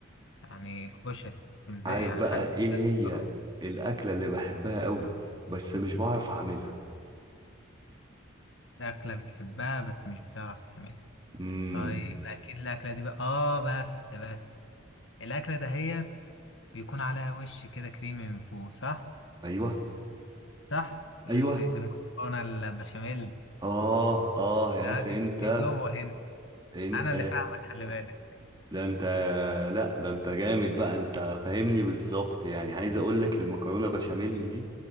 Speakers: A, on the left (about 65°); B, on the right (about 20°).
A: يعني الكشري ازاي
B: عارف
A: يعني
B: بقى
A: حاجة
B: ايه هي
A: بصراحة
B: الاكله اللي بحبها قوي بس مش بعرف اعملها
A: أكلة بتحبها بس مش بتعرف تعملها
B: امم
A: طيب أكيد الأكلة دي بقى اه بس بس الأكلة دهيت بيكون عليها وش كده كريمي من فوق صح؟
B: ايوه
A: صح؟ لل-
B: ايوه
A: المكرونة البشاميل
B: اه اه يا
A: لا،
B: اخي
A: دي
B: انت
A: دي جوه هنا
B: انت
A: أنا اللي فاهمك خلي بالك
B: ده انت لا ده انت جامد بقى انت فاهمني بالظبط يعني عايز اقول لك المكرونه بشاميل دي